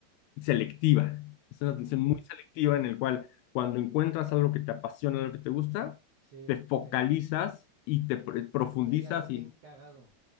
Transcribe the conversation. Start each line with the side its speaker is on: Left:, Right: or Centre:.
Left: selectiva, es
Right: ujú,
Left: una atención muy selectiva en el cual cuando encuentras algo que te apasiona, algo que te gusta,
Right: Sí,
Left: te focalizas
Right: me- m-
Left: y te pr- profundizas
Right: y hay algo bien
Left: y
Right: cagado.